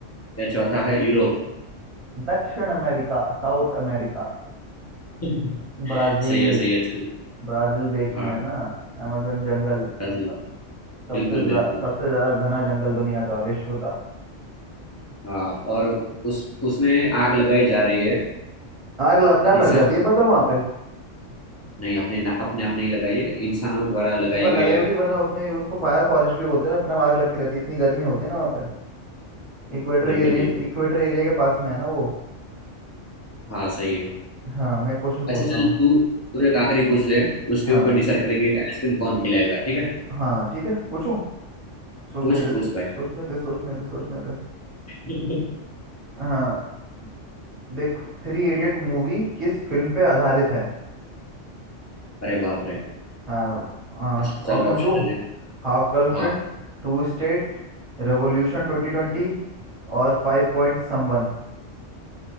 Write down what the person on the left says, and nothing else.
या चौथा है यूरोप
<laughs>
सही है सही है चल
हाँ
ब्राजील
बिल्कुल
बिल्कुल
हाँ और उस उसमें आग लगाई जा रही है
इंसान
नहीं अपने ना, अपने आप नहीं लगाई है इंसानों द्वारा लगाई
गई है
बिल्कुल
बिल्कुल
हाँ सही है
अच्छा चल
तू तू एक आखिरी पूछ ले उसके
ऊपर डिसाइड करेंगे कि आइसक्रीम कौन खिलाएगा ठीक है
पूछ
पूछ
भाई
<laughs>
अरे बाप रे
अच्छा चल
ऑप्शन
दे दे
हाँ